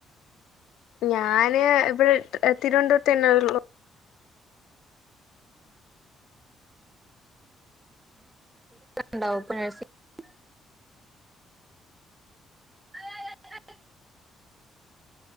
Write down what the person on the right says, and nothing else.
ണ്ടാവുംൊഴ് <unintelligible> ആയി ആയി ആയ് ആയി <unintelligible>